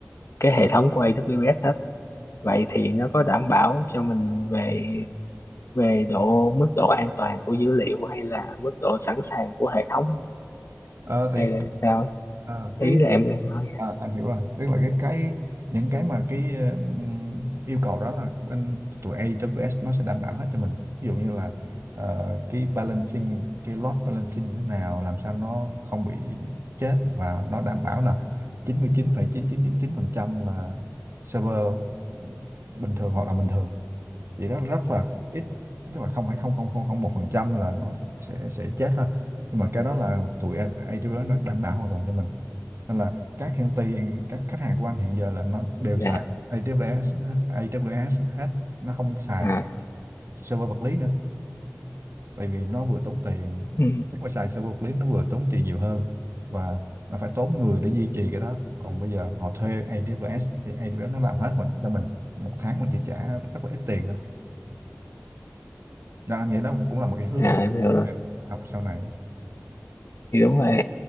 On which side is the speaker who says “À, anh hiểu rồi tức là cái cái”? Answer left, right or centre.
Right